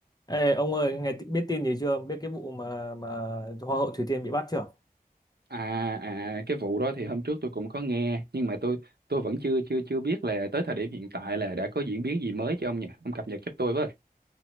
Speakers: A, on the left (about 25°); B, on the right (about 90°).
A: Ê, ông ơi, nghe ti- biết tin gì chưa? Biết cái vụ mà mà Hoa hậu Thủy Tiên bị bắt chưa?
B: À, à cái vụ đó thì hôm trước tôi cũng có nghe nhưng mà tôi tôi vẫn chưa chưa chưa biết là tới thời điểm hiện tại là đã có diễn biến gì mới cho ông nhỉ? Ông cập nhật giúp tôi